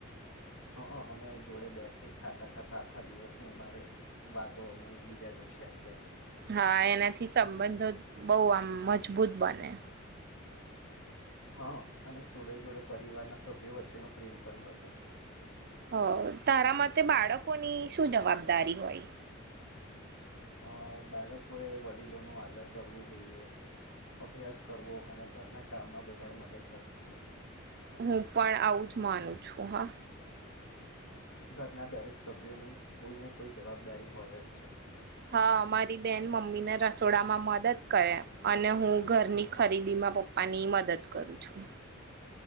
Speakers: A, on the left; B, on the right.
A: હંઅ અમે જોડે બેસીને ખાતા ખાતા આખા દિવસની અમારે વાતો અમે એકબીજા જોડે શેર કરીએ
B: હા એનાથી સંબંધો બહુ આમ મજબૂત બને
A: હં અને જોડે જોડે પરિવારના સભ્યો વચ્ચેનો પ્રેમ પણ વધે
B: હ તારા મતે બાળકોની શું જવાબદારી હોય
A: અ બાળકોએ વડીલોનો આદર કરવું જોઈએ અભ્યાસ કરવો અને ઘરના કામમાં બધાએ મદદ કરવી જોઈએ
B: હું પણ આવું જ માનું છું હા
A: ઘરના દરેક સભ્યોની કોઈને કોઈ જવાબદારી હોય જ છે
B: હા મારી બેન મમ્મી ને રસોડામાં મદદ કરે અને હું ઘરની ખરીદીમાં પપ્પાની મદદ કરું છું